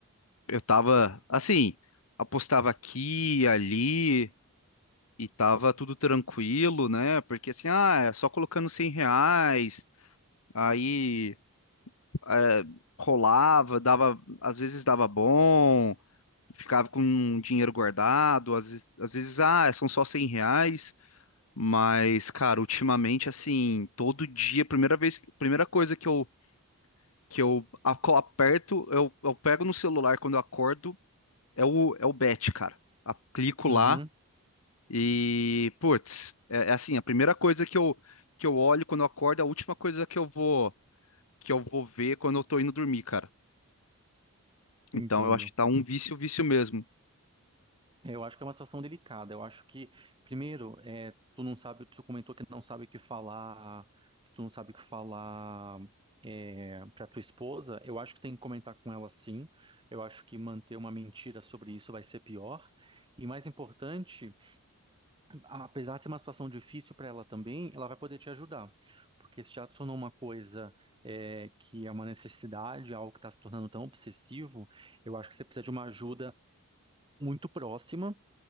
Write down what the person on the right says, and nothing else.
uhum,
entendo.
Eu acho que é uma situação delicada. Eu acho que, primeiro, é, tu não sabe, tu comentou que não sabe o que falar, que tu não sabe o que falar. É, para tua esposa, eu acho que tem que comentar com ela sim. Eu acho que manter uma mentira sobre isso vai ser pior. E mais importante, apesar de ser uma situação difícil para ela também, ela vai poder te ajudar, porque se te adicionou uma coisa é, que é uma necessidade, algo que está se tornando tão obsessivo, eu acho que você precisa de uma ajuda muito próxima,